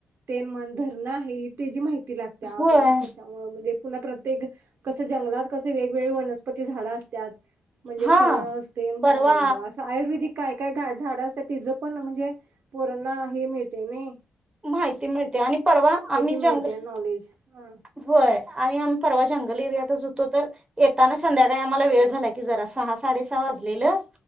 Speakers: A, on the right (about 60°); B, on the right (about 20°).
A: ते मग धरणं आहेत त्याची माहिती <unintelligible> लागत्या
B: होय
A: पुन्हा कशामुळे म्हणजे पुन्हा प्रत्येक कसं जंगलात कसे वेगवेगळे वनस्पती झाडं असत्यात म्हणजे
B: हा
A: फणस ते म्हण
B: परवा
A: आंबा असं आयुर्वेदिक काय काय झाडं असत्यात तिचं पण म्हणजे पोरांना हे मिळतंय नाही
B: माहिती मिळते आणि परवा आम्ही
A: मिळते
B: जंगल
A: नॉलेज हा
B: होय आणि आम्ही परवा जंगल एरियातच होतो तर येताना संध्याकाळी आम्हाला वेळ झाला की जरा, सहा- साडे सहा वाजलेलं